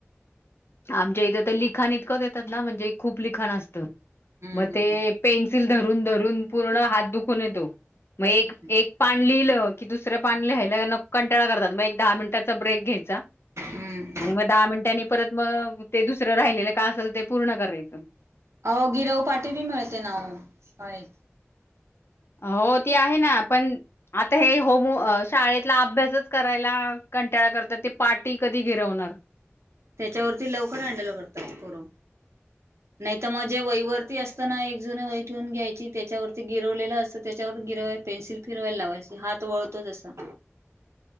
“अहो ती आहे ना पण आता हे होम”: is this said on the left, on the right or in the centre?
Left